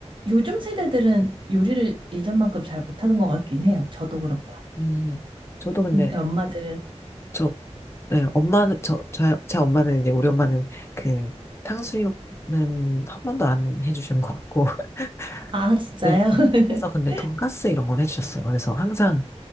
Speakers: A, on the right; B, on the left.
A: 요즘 세대들은 요리를 예전만큼 잘 못하는 것 같긴 해요. 저도 그렇고.
B: 음, 저도 근데,
A: 근데 엄마들은,
B: 저, 예, 엄마는, 저, 저, 제 엄마는 이제, 우리 엄마는 그, 탕수육은 한 번도 안 해주신 것 같고, <laughs>
A: 아, 진짜요?
B: 네,
A: <laughs>
B: 그래서 근데 돈가스 이런 건 해주셨어요. 그래서 항상